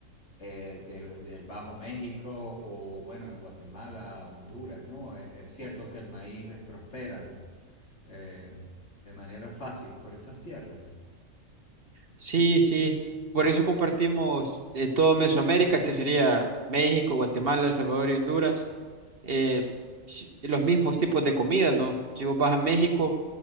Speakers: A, on the left (about 55°); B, on the right (about 45°).
A: eh, de- del Bajo México o bueno, en Guatemala, Honduras, ¿no? Es, es cierto que el maíz es prospera eh, de manera fácil por esas tierras.
B: Sí, sí. Por eso compartimos en todo Mesoamérica, que sería México, Guatemala, El Salvador y Honduras, eh, si- los mismos tipos de comida, ¿no? Si vos vas a México,